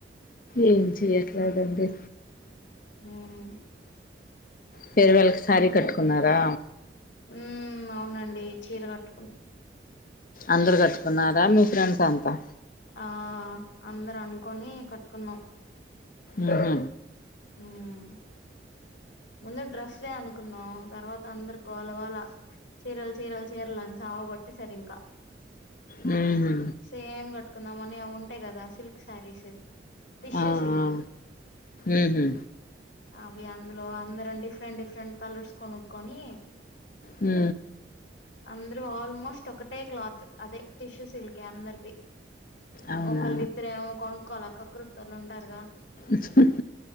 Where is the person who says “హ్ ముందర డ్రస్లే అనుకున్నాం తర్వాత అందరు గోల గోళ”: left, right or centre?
Left